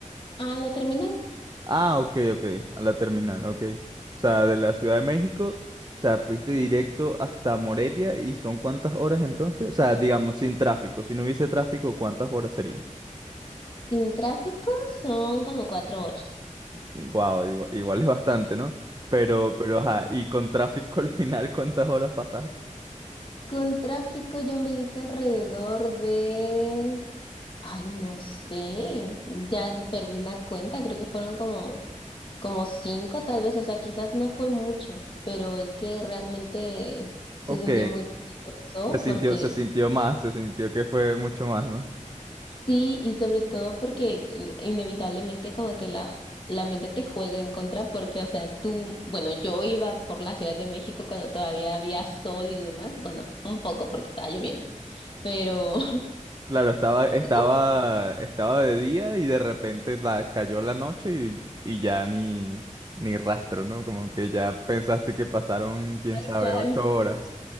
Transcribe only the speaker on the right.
Ah, ok, ok, a la terminal, ok. O sea, de la Ciudad de México, o sea, fuiste directo hasta Morelia y son cuántas horas entonces? O sea, digamos, sin tráfico, si no hubiese tráfico, ¿cuántas horas serían?
Wow, igual, igual es bastante, ¿no? Pero, pero, ajá, y con tráfico al final, ¿cuántas horas pasaste?
Ok,
se sintió,
se sintió más, se sintió que fue mucho más, ¿no?
Claro, estaba, estaba,
estaba de día y de repente la, cayó la noche y, y ya ni, ni rastro, ¿no? Como que ya pensaste que pasaron, quién
sabe,
ocho horas.